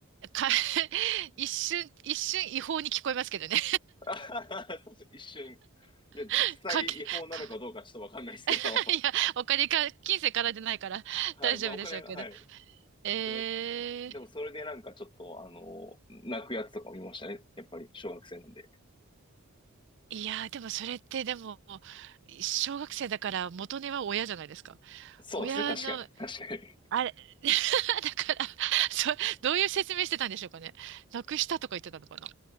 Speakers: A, on the right (about 55°); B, on the left (about 20°).
A: か、<laughs> 一瞬、一瞬違法に聞こえますけどね。
B: <laughs> そうそう一瞬、いや、
A: <laughs>
B: 実際違法なのかどうかちょっとわかんないですけど。
A: かけ、か、<laughs> いや、お金か、金銭からでないから大丈夫でしょうけど。
B: はい。まあ、お金は、はい。
A: えー
B: でもねでもそれでなんかちょっと、あの、泣くやつとか見ましたね。やっぱり、小学生なんで。
A: いやー、でもそれってでも、小学生だから元値は親じゃないですか。
B: そうですね。
A: 親の、
B: 確かに。<laughs> 確かに。
A: あれ、<laughs> だから、そ、どういう説明してたんでしょうかね。なくしたとか言ってたのかな。